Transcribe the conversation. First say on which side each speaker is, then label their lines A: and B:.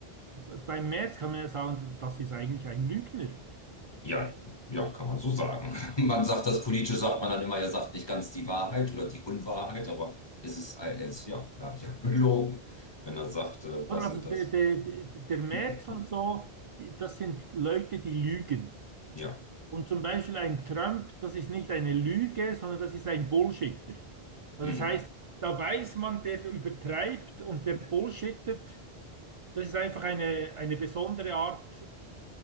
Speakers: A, on the right; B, on the left.
A: bei Merz kann man ja sagen, das ist eigentlich ein Lügner.
B: Ja, ja, kann man so sagen. <laughs> Man sagt das politisch, sagt man dann immer, er sagt nicht ganz die Wahrheit oder die Unwahrheit, aber es ist, ein- er ist, ja, er hat ja <laughs> belogen, wenn er sagt, äh, das
A: Oder also
B: und das.
A: der, der, der Merz
B: <laughs>
A: und so, die, das sind Leute, die lügen.
B: Ja.
A: Und zum Beispiel ein Trump, das ist nicht eine Lüge, sondern das ist ein Bullshitter. Also
B: Hm.
A: das heißt, da weiß man, der übertreibt und der bullshittet. Das ist einfach eine, eine besondere Art